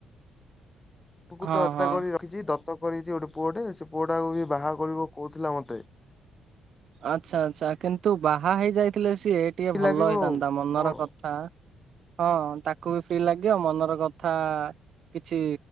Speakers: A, on the left; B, on the right.
A: ପୁଗୁ
B: ହଁ
A: ତ ଏତେ
B: ହଁ।
A: କରି ରଖିଛି ଦତ୍ତ କରିଛି ଗୋଟେ ପୁଅଟେ ସେ ପୁଅଟାକୁ ବି ବାହା କରିବ କହୁଥିଲା ମତେ?
B: ଆଚ୍ଛା ଆଚ୍ଛା କିନ୍ତୁ ବାହା ହେଇ ଯାଇଥିଲେ ସିଏ ଟିଏ
A: ଲାଗିବ
B: ଭଲ ହେଇଥାନ୍ତା।
A: ଆଉ
B: ମନର
A: କଣ
B: କଥା ହଁ ତାକୁ ବି ଫ୍ରି ଲାଗିବ ମନର କଥା କିଛି